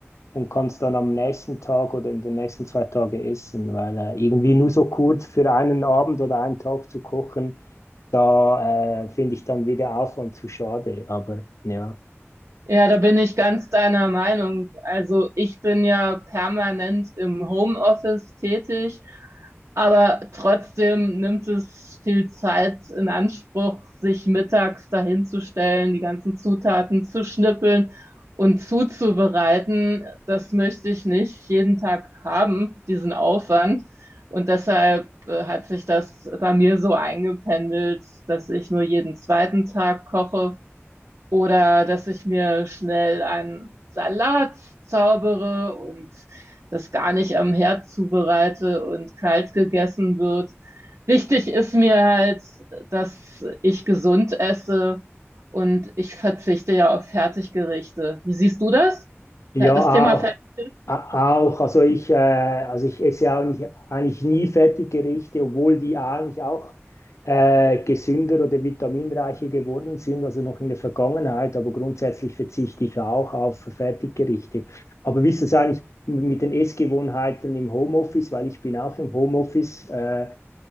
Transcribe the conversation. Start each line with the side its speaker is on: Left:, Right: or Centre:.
Left: und kann es dann am nächsten Tag oder in den nächsten zwei Tagen essen, weil äh, irgendwie nur so kurz für einen Abend oder einen Tag zu kochen, da äh, finde ich dann wieder Aufwand zu schade. Aber ja,
Right: Ja, da bin ich ganz deiner Meinung. Also ich bin ja permanent im Homeoffice tätig, aber trotzdem nimmt es viel Zeit in Anspruch, sich mittags dahinzustellen, die ganzen Zutaten zu schnippeln und zuzubereiten. Das möchte ich nicht jeden Tag haben, diesen Aufwand. Und deshalb äh, hat sich das bei mir so eingependelt, dass ich nur jeden zweiten Tag koche oder dass ich mir schnell einen Salat zaubere und das gar nicht am Herd zubereite und kalt gegessen wird. Wichtig ist mir halt, dass ich gesund esse und ich verzichte ja auf Fertiggerichte. Wie siehst du das?
Left: ja,
Right: Ja, Das Thema
Left: auch.
Right: Fertiggerichte?
Left: A- Auch, also ich, äh, also ich esse ja auch nicht, eigentlich nie Fertiggerichte, obwohl die eigentlich auch äh, gesünder oder vitaminreicher geworden sind, also noch in der Vergangenheit, aber grundsätzlich verzichte ich auch auf Fertiggerichte. Aber wie ist es eigentlich mit den Essgewohnheiten im Homeoffice? Weil ich bin auch im Homeoffice. Äh,